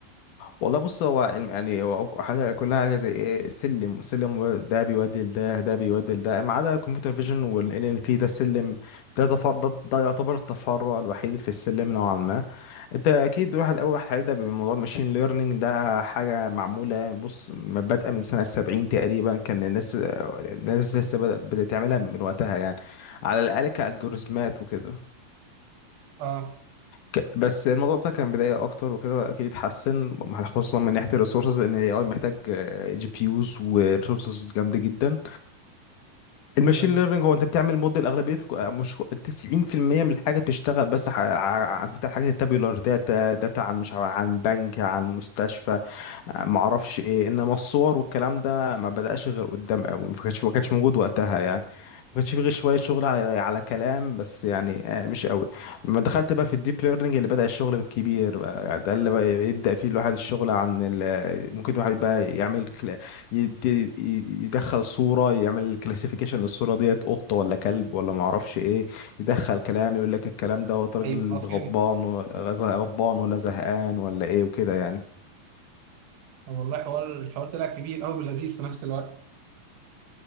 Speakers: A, on the left; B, on the right.
A: والله بص هو الم- يعني هو حاجه كلها حاجه زي ايه سلم سلم ده بيودي لده ده بيودي لده ما عدا الكمبيوتر فيجن والان ال بي ده السلم ده تفر ده, ده يعتبر التفرع الوحيد في السلم نوعا ما انت اكيد واحد اول واحد هيبدا بموضوع الماشين ليرنينج ده حاجه معموله يعني. بص ما بادئه من سنه 70 تقريبا كان الناس الناس لسه بدأ- بدات تعملها من وقتها يعني على الاقل كالجوريزمات وكده
B: اه
A: ك- بس الموضوع ده كان بدايه اكتر وكده اكيد اتحسن مع- خصوصا من ناحيه الريسورسز لان الاي اي محتاج جي بي يوز وريسورسز جامده جدا
B: ايوه
A: الماشين
B: ايوه
A: ليرنينج هو انت بتعمل موديل اغلبيه مش 90% من الحاجه بتشتغل بس ع- ع- عن فتح حاجات التابيولار داتا داتا عن مش عارف- عن بنك عن مستشفى آه، معرفش ايه انما الصور والكلام ده ما بدأش غير قدام قوي ما كانش ما كانش موجود وقتها يعني ما كانش فيه غير شويه شغل على على كلام بس يعني آه، مش قوي لما دخلت بقى في الديب ليرنينج اللي بدأ الشغل بالكبير بقى يعني ده اللي بقى يبدأ فيه الواحد الشغل عن ال- ممكن الواحد بقى يعمل يدي يدخل صورة يعمل كلاسيفيكيشن للصورة ديت قطة ولا كلب ولا ما اعرفش ايه يدخل كلام يقول لك الكلام دوت راجل
B: ايوه اه
A: غضبان
B: فهمت
A: ولا غز- غضبان ولا زهقان ولا ايه وكده يعني
B: طب والله حوار الحوار طلع كبير قوي ولذيذ في نفس الوقت